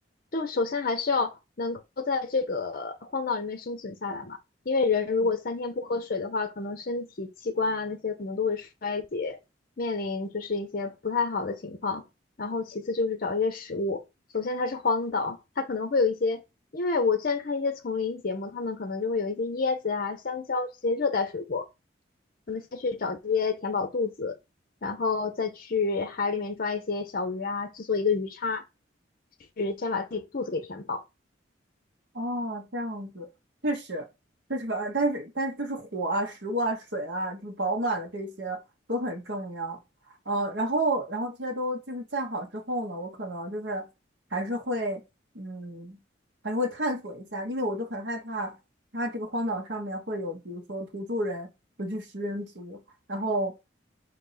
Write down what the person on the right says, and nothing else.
嗯，
哦，这样子，确实，确实，呃但是但是就是火啊、食物啊、水啊，就是保暖的这些都很重要。呃，然后然后这些都就是建好之后呢，我可能就是还是会，嗯，还是会探索一下，因为我就很害怕它这个荒岛上面会有，比如说土著人，尤其食人族，然后。